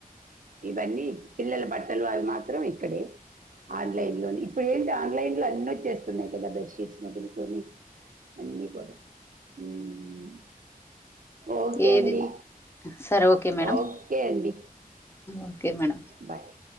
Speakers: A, on the right (about 60°); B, on the left (about 15°).
A: ఇవన్నీ పిల్లల బట్టలు అవి మాత్రం ఇక్కడే ఆన్లైన్ లోని ఇప్పుడెంటి ఆన్లైన్ లో అన్ని వచ్చేస్తున్నాయ్ కదా బెడ్ షీట్స్ మొదుల్కొని అన్నీ కూడా ఉమ్ ఓకే
B: ఏది
A: ఆండి
B: సరే ఓకే మేడం
A: ఓకే ఆండి
B: ఓకే మేడం
A: బాయ్